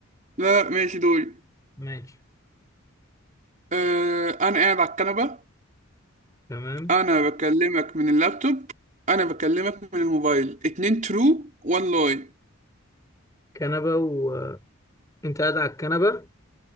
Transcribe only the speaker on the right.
لا لا، ماشي دوري
آه، انا قاعد على الكنبه
انا بكلمك من اللابتوب انا بكلمك من الموبايل اتنين ترو وان لاي